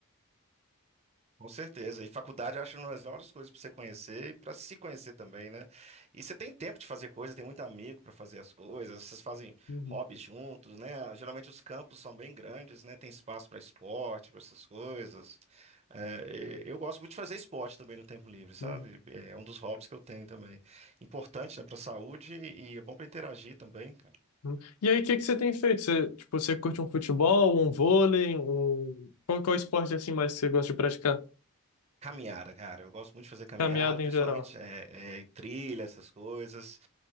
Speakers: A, on the right (about 30°); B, on the left (about 85°).
A: Com certeza. E faculdade eu acho uma das melhores coisas para você conhecer e para se conhecer também, né? E você tem tempo de fazer coisa, tem muito amigo para fazer as coisas, vocês fazem
B: Uhum,
A: hobbies juntos, né? Geralmente os campos são bem grandes, né? Tem espaço para esporte, para essas coisas. É, e eu gosto muito de fazer esporte também no tempo livre, sabe?
B: uhum,
A: É um dos hobbies que eu tenho também. Importante, né, para a saúde e é bom para interagir também.
B: uhum. E aí, o que que você tem feito? Você, tipo, você curte um futebol, um vôlei, um... Qual, qual esporte assim mais você gosta de praticar?
A: Caminhada, cara. Eu gosto muito de fazer caminhada,
B: Caminhada
A: principalmente
B: em geral.
A: é, é, trilha, essas coisas.